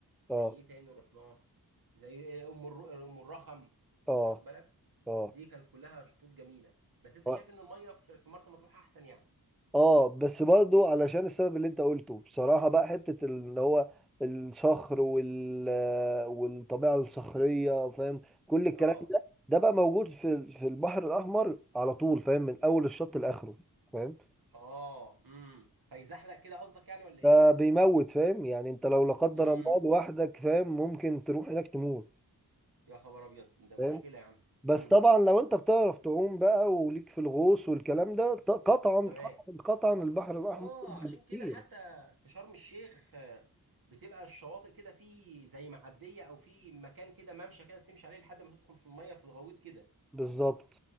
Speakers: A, on the right (about 65°); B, in the centre.
A: زي
B: اه
A: ايه تاني رحناه زي ام الر... ام الرخم انت
B: اه
A: واخد بالك
B: اه
A: دي كانت كلها شطوط جميله بس انت
B: آه.
A: شايف ان الميه في, في مرسى مطروح احسن يعني
B: اه بس برضو علشان السبب اللي انت قلته بصراحة بقى حتة اللي هو الصخر وال والطبيعة الصخرية فاهم كل الكلام
A: اه
B: ده ده بقى موجود في في البحر الأحمر على طول فاهم من أول الشط لآخره فاهم
A: اه امم فيزحلق كده قصدك يعني ولا
B: ده
A: ايه
B: بيموت فاهم يعني انت لو لا قدر
A: امم
B: الله لوحدك فاهم ممكن تروح هناك تموت
A: يا خبر ابيض ده
B: فاهم
A: مشكله يا عم
B: بس
A: امم
B: طبعا لو انت بتعرف تعوم بقى وليك في الغوص والكلام ده ط- قطعا
A: تمام
B: قطعا قطعا البحر الأحمر
A: اه
B: أفضل
A: عشان
B: بكتير
A: كده حتى في شرم الشيخ آه، بتبقى الشواطئ كده في زي معديه او في مكان كده ممشى كده بتمشي عليه لحد ما تدخل في الميه في الغويط كده
B: بالظبط